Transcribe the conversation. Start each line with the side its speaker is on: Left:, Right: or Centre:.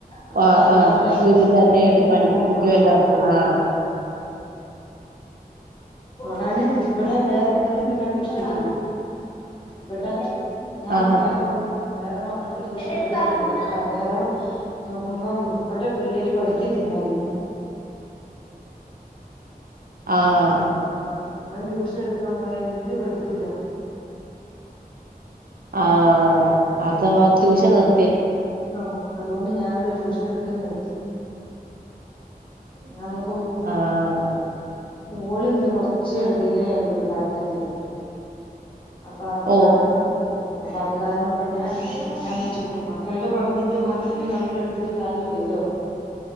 Left: നമക്കറിയാവൂല്ല
Right: ആഹ് ആഹ്
Left: എങ്ങനെ
Right: വീട്ടിൽ
Left: പഠിപ്പിക്കണ്ട
Right: തന്നെ എട് പഠിപ്പിക്കുവല്ലോ
Left: റിയ ആഹ് അറിയ
Right: ആഹ്
Left: ഞാന് ഇവിടെ വേറെ ഇവിടെം പിള്ളേര്ക്ക് ട്യൂഷൻ എടുക്കുന്നുണ്ട് ഇവിടെ ഞാൻ
Right: ആഹാ
Left: വേഗം മൊ ആഹ് വേറെ മക്കൾക്ക് ട്യൂഷൻ എടുക്കുന്നുണ്ടായിരുന്നു അപ്പൊ അന്നേരം നോക്കുമ്പം ഇവിടെ പിള്ളേര് പഠിക്കത്തല്ലായിരുന്നില്ല.
Right: ആഹ്
Left: <inaudible> ഞാൻ ട്യൂഷന് എട്ക്കാൻ പോയാല് ഇവര് പഠിക്കൂല
Right: ആഹ് അത് ട്യൂഷൻ ന്ർ
Left: ഔ അതു കൊണ്ട് ഞാൻ ട്യൂഷനെട്ക്കല് നിർത്തി ഞാപം
Right: ആഹ്
Left: മോൾ ഇങ്ങനെ കൊറച്ച് ഡിലേ ആയി പോയി പഠനത്തില് അപ്പൊ അത്
Right: ഓ
Left: കാരണം ഉം അപ്പൊ അത് കാരണം പിന്നെ ചോച്ചപ്പ മക്കളുടെ പഠനത്തെ ബാധിക്കുമ്പോ നമ്മൾ എടുത്തിട്ട് കാര്യ ഇില്ലല്ലോ